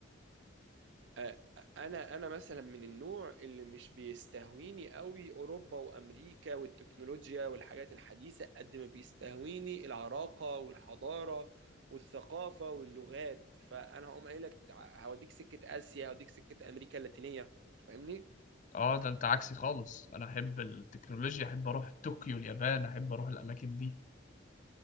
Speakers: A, on the right; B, on the left.
A: آه، انا انا مثلا من النوع اللي مش بيستهويني قوي اوروبا وامريكا والتكنولوجيا والحاجات الحديثه قد ما بيستهويني العراقه والحضاره والثقافه واللغات فانا هقوم قايل لك تع- هوديك سكه اسيا هوديك سكه امريكا اللاتينيه فاهمني
B: اه ده انت عكسي خالص انا احب التكنولوجيا احب اروح طوكيو اليابان احب اروح الاماكن دي